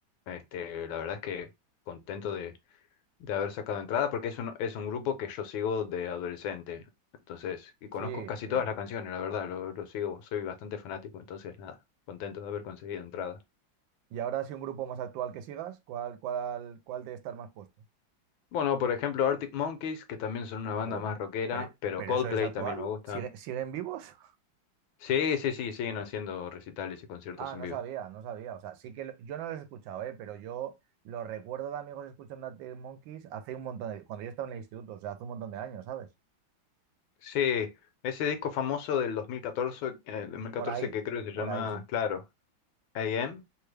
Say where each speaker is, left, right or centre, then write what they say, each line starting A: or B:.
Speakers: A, on the left (about 80°); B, on the right (about 75°).
A: este, la verdad es que contento de, de haber sacado entrada porque es un, es un grupo que yo sigo de adolescente, entonces, y conozco
B: sí,
A: casi
B: sí.
A: todas las canciones, la verdad, lo, lo sigo, soy bastante fanático, entonces nada, contento de haber conseguido entrada.
B: Y ahora si un grupo más actual que sigas, ¿cuál, cuál, cuál debe estar más puesto?
A: Bueno, por ejemplo, Arctic Monkeys, que también son una banda
B: Buah,
A: más rockera,
B: pero,
A: pero
B: pero
A: Coldplay
B: eso es actual?
A: también me gusta.
B: ¿Sigue- siguen vivos?
A: Sí, sí, sí, siguen haciendo recitales y conciertos
B: Ah,
A: en
B: no
A: vivo.
B: sabía, no sabía. O sea, sí que lo- yo no los he escuchado, ¿eh? pero yo lo recuerdo de amigos escuchando a Teen Monkeys hace un montón de... Cuando yo estaba en el instituto, o sea, hace un montón de años, ¿sabes?
A: Sí, ese disco famoso del 2014, eh, el 2014
B: Por ahí,
A: que creo que se
B: por
A: llama,
B: ahí sí.
A: claro, AM,